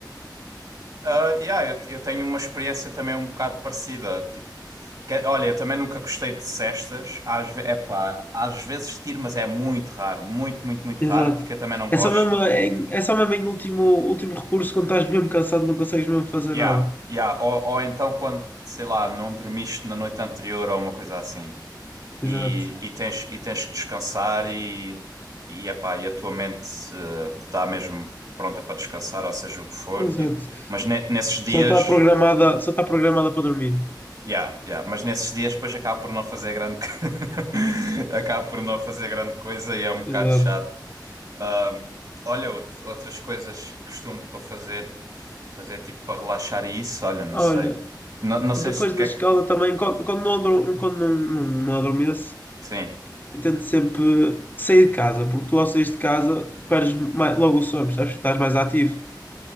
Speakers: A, on the right; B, on the left.
A: Ah, yeah, eu, eu tenho uma experiência também um bocado parecida. Tipo, que- olha, eu também nunca gostei de cestas. Às, ve- epá, às vezes tiro, mas é muito raro. Muito, muito, muito
B: Exato.
A: raro, porque eu também não
B: É
A: gosto.
B: só mesmo em, é só mesmo em último, último recurso, quando estás mesmo cansado, não consegues mesmo fazer
A: Yeah,
B: nada.
A: yeah. Ou, ou então quando, sei lá, não dormiste na noite anterior ou uma coisa assim e,
B: Exato.
A: e tens, e tens que descansar e, e, epá, e a tua mente eh, está mesmo pronta para descansar, ou seja o que for.
B: Exato.
A: E- mas ne- nesses dias.
B: Só está programada, só está programada para dormir.
A: Yeah, yeah. Mas nesses dias depois acabo por não fazer grande co- <laughs> acabo por não fazer grande coisa e é um bocado
B: Exato.
A: chato. Ahm, olha, out- outras coisas que costumo para fazer, fazer tipo para relaxar e isso, olha, não
B: Olha,
A: sei. Não, não sei
B: depois
A: se o que
B: da
A: é
B: escola
A: que.
B: também, quando, quando não, adro- quando não, não, não adormeço,
A: Sim.
B: eu tento sempre sair de casa, porque tu ao sair de casa perdes mais- logo o sono, sabes? Estás mais ativo.